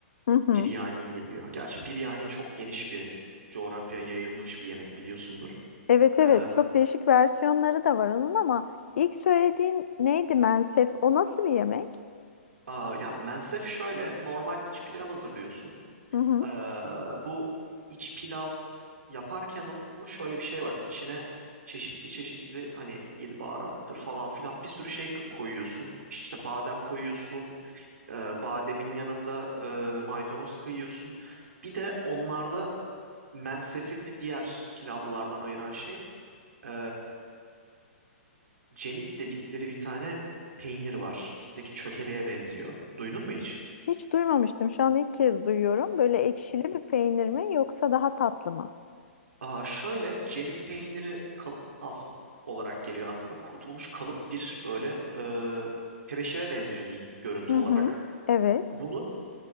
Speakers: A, on the left; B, on the right.
A: Hı hı.
B: Biryani geliyor. Gerçi biryani çok geniş bir coğrafyaya yayılmış bir yemek biliyorsundur.
A: Evet evet
B: E,
A: çok değişik versiyonları da var onun ama ilk söylediğin neydi mensef? O nasıl bir yemek?
B: aa, ya mensef şöyle normal iç pilav hazırlıyorsun.
A: Hı hı.
B: Ee, bu iç pilav yaparken ama şöyle bir şey var. İçine çeşitli çeşitli hani yedi baharattır falan filan bir sürü şey k- koyuyorsun. İşte badem koyuyorsun. e, bademin yanında e, maydanoz kıyıyorsun. Bir de onlarda mensefi diğer pilavlardan ayıran şey e, cemit dedikleri bir tane peynir var. Bizdeki çökeleye benziyor. Duydun mu hiç?
A: Hiç duymamıştım. Şu an ilk kez duyuyorum. Böyle ekşili bir peynir mi yoksa daha tatlı mı?
B: Aa, şöyle cemit peyniri kalıp as olarak geliyor aslında. Kurutulmuş kalıp bir böyle e, tebeşire benziyor diyeyim görüntü
A: Hı
B: olarak.
A: hı. Evet.
B: Bunu